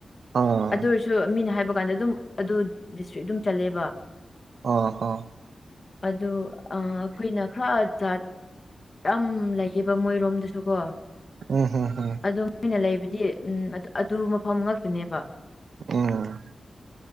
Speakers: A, on the right; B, on the left.
A: ꯑꯥ
B: ꯑꯗꯨꯔꯁꯨ ꯃꯤꯅ ꯍꯥꯏꯕ ꯀꯥꯟꯗ ꯑꯗꯨꯝ ꯑꯗꯨ ꯗꯤꯁꯇ꯭ꯔꯤꯛ ꯑꯗꯨꯝ ꯆꯜꯂꯦꯕ
A: ꯑꯣ ꯍ
B: ꯑ ꯑꯩꯈꯣꯏꯅ ꯈꯔꯖꯥꯠ ꯌꯥꯝ ꯂꯩꯌꯦꯕ ꯃꯣꯏꯔꯣꯝꯗꯁꯨ ꯀꯣ
A: ꯑꯣ ꯍ ꯍ
B: ꯑꯗꯣ ꯃꯣꯏꯅ ꯂꯩꯕꯗꯤ ꯎꯝ ꯑꯗꯨ ꯃꯐꯝ ꯉꯥꯛꯇꯅꯦꯕ
A: ꯎꯝ